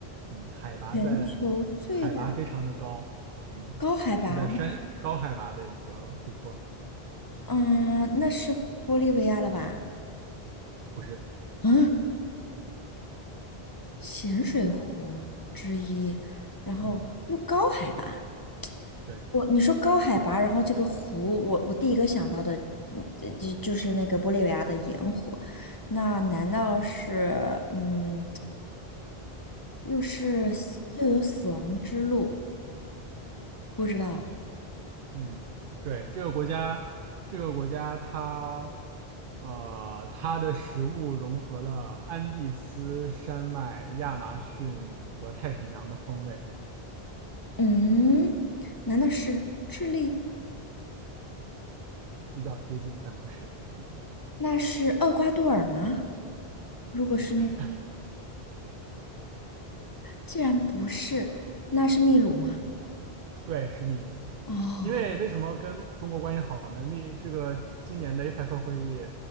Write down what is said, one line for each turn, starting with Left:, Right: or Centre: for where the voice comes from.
Right: 嗯，海拔在
Left: 全球最大
Right: 海拔非常的高，嗯，
Left: 高海拔呢
Right: 是在山高海拔的一个湖泊，
Left: 嗯、那是玻利维亚了吧？
Right: 不是，
Left: 嗯，咸水湖之一，然后又高海拔。
Right: 嗯。对。
Left: 我你说高海拔，然后这个湖，我我第一个想到的，嗯，呃就就是那个玻利维亚的盐湖，那难道是嗯，又是死又有死亡之路？不知道，
Right: 嗯，对，这个国家，这个国家它，呃，它的食物融合了安第斯山脉、亚马逊和太平洋的风味，
Left: 嗯，难道是智利？
Right: 比较接近，但不是，嗯，
Left: 那是厄瓜多尔吗？如果是那，
Right: 也不是，<laughs>
Left: 既然不是，那是秘鲁吗？
Right: 对，是秘鲁。
Left: 哦，
Right: 因为为什么跟中国关系好呢？秘这个今年的 APEC 会议，